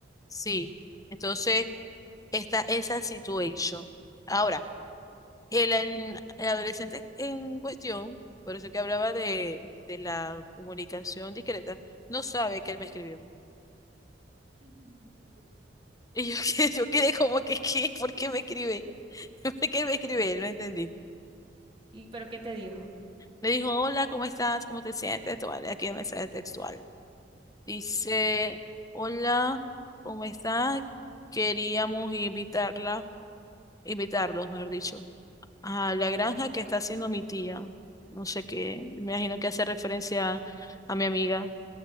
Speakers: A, on the left (about 20°); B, on the right (about 30°).
A: Sí, entonces está esa situación. Ahora. El, an- el adolescente en cuestión, por eso que hablaba de, de la comunicación discreta, no sabe que él me escribió.
B: <laughs>
A: Y yo, <laughs> que- yo quedé como que, ¿qué? ¿Por qué me escribe? <laughs> ¿Por qué me escribe? No entendí.
B: ¿Y pero qué te dijo?
A: Me dijo, hola, ¿cómo estás? ¿Cómo te sientes? Te Aquí el mensaje textual. Dice, hola, ¿cómo estás? Queríamos invitarla, invitarlos, mejor dicho, a la granja que está haciendo mi tía. No sé qué, me imagino que hace referencia a mi amiga.